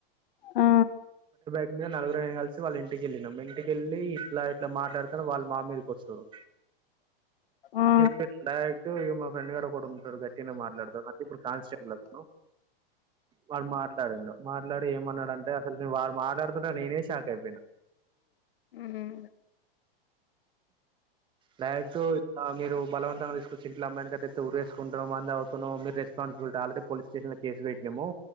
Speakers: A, on the left (about 70°); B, on the right (about 15°).
A: ఆ.
B: మీమ్ నలుగురం గలిసి వాళ్ళింటికెళ్ళినం. ఇంటికెళ్ళి ఇట్లా ఇట్లా మాట్లాడ్తారు వాళ్ళ మా మీదకి ఓస్తూన్రు.
A: ఆ
B: <inaudible> మా ఫ్రెండ్ గాడు ఒకడుంటాడు గట్ గట్టినే మాట్లాడతాడు, అంటే ఇప్పుడు కాన్స్టేబుల్ అతను. వాళ్ళు మాట్ మాట్లాడి ఏమన్నాడంటే, అసల్కి వాడు మాట్లాడ్తడని నేనే షాక్ అయిపోయినా.
A: ఉమ్
B: డైరెక్టు ఆ మీరు, బలవంతంగా తీసుకొచ్చి ఇంట్ల అమ్మాయినీ కట్టతే, ఉరేసుకుంటెనో, మందు తాగుతూనో, మీ రెస్పాన్సిబులిట ఆల్రెడి పోలీస్ స్టేషన్ లో కేసుపెట్టిం. మో.